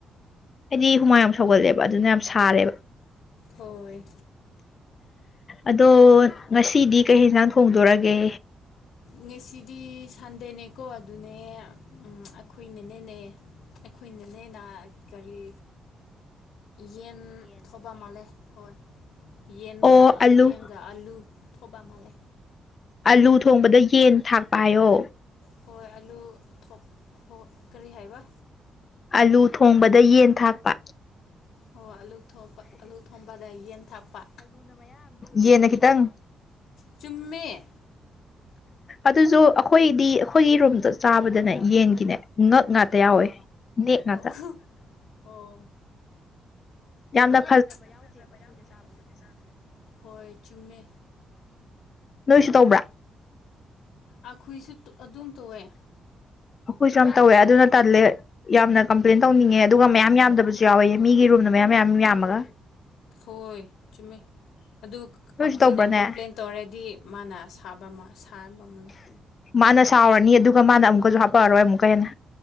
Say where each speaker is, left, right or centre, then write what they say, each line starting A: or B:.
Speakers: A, on the left (about 30°); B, on the left (about 80°).
A: ꯑꯩꯗꯤ ꯍꯨꯃꯥꯡ ꯌꯥꯝ ꯁꯧꯒꯠꯂꯦꯕ ꯑꯗꯨꯅ ꯌꯥꯝ ꯁꯥꯔꯦꯕ
B: ꯍꯣꯏ
A: ꯑꯗꯣ ꯉꯁꯤꯗꯤ ꯀꯩ ꯌꯦꯟꯁꯥꯡ ꯊꯣꯡꯗꯣꯔꯒꯦ
B: ꯉꯁꯤꯗꯤ ꯁꯟꯗꯦꯅꯦꯀꯣ ꯑꯗꯨꯅꯦ ꯑꯩꯈꯣꯏꯅꯅꯦꯅꯦ ꯑꯩꯈꯣꯏꯅꯅꯦꯅ ꯀꯔꯤ ꯌꯦꯟ ꯊꯕ ꯃꯥꯜꯂꯦ ꯍꯣꯏ ꯌꯦꯟꯒ
A: ꯑꯣ ꯑꯂꯨ
B: ꯌꯦꯟꯒ ꯑꯂꯨ ꯊꯕ ꯃꯥꯜꯂꯦ
A: ꯑꯂꯨ ꯊꯣꯡꯕꯗ ꯌꯦꯟ ꯊꯥꯛꯄ ꯍꯥꯏꯌꯣ
B: ꯍꯣꯏ ꯑꯂꯨ ꯍꯣ ꯀꯔꯤ ꯍꯥꯏꯕ
A: ꯑꯥꯂꯨ ꯊꯣꯡꯕꯗ ꯌꯦꯟ ꯊꯥꯛꯄ
B: ꯍꯣꯏ ꯑꯂꯨ ꯊ ꯑꯂꯨ ꯊꯣꯝꯕꯗ ꯌꯦꯟ ꯊꯥꯛꯄ
A: ꯌꯦꯟꯅꯈꯤꯇꯪ
B: ꯆꯨꯝꯃꯦ
A: ꯑꯗꯨꯁꯨ ꯑꯩꯈꯣꯏꯗꯤ ꯑꯩꯈꯣꯏꯒꯤ ꯔꯨꯝꯗꯣ ꯆꯥꯕꯗꯅꯦ ꯌꯦꯟꯒꯤꯅꯦ ꯉꯛ ꯉꯥꯛ ꯌꯥꯎꯋꯦ ꯅꯦꯛ ꯉꯥꯛꯇ
B: ꯑꯣ ꯑꯣ
A: ꯌꯥꯝꯗ
B: ꯌꯥꯝꯅ ꯐꯖꯕ ꯌꯥꯎꯗꯦꯕ ꯑꯩꯈꯣꯏꯅ ꯆꯥꯕꯗꯗꯤ ꯍꯣꯏ ꯆꯨꯝꯃꯦ
A: ꯅꯣꯏꯁꯨ ꯇꯧꯕ꯭ꯔꯥ
B: ꯑꯩꯈꯣꯏꯁꯨ ꯑꯗꯨꯝ ꯇꯣꯛꯑꯦ
A: ꯑꯩꯈꯣꯏꯁꯨ ꯌꯥꯝ ꯇꯧꯋꯦ ꯑꯗꯨꯅ ꯇꯜꯂꯦ ꯌꯥꯝꯅ ꯀꯝꯄ꯭ꯂꯦꯟ ꯇꯧꯅꯤꯡꯉꯦ ꯑꯗꯨꯒ ꯃꯌꯥꯝ ꯌꯥꯝꯗꯕꯁꯨ ꯌꯥꯎꯋꯦ ꯃꯤꯒꯤ ꯔꯨꯝꯅ ꯃꯌꯥꯝ ꯃꯌꯥꯝ ꯌꯥꯝꯃꯒ
B: ꯍꯣꯏ ꯆꯨꯝꯃꯦ ꯑꯗꯨ
A: ꯅꯣꯏꯁꯨ
B: ꯑꯩꯈꯣꯏꯅ
A: ꯇꯧꯕ꯭ꯔꯅꯦ
B: ꯀꯣꯝꯄ꯭ꯂꯦꯟ ꯇꯧꯔꯗꯤ ꯃꯥꯅ ꯁꯥꯕ ꯑꯃ ꯁꯥꯕ ꯑꯃ ꯂꯩ
A: ꯃꯥꯅ ꯁꯥꯎꯔꯅꯤ ꯑꯗꯨꯒ ꯃꯥꯅ ꯑꯃꯨꯛꯀꯁꯨ ꯍꯥꯄꯛꯑꯔꯣꯏ ꯑꯃꯨꯛꯀ ꯍꯦꯟꯅ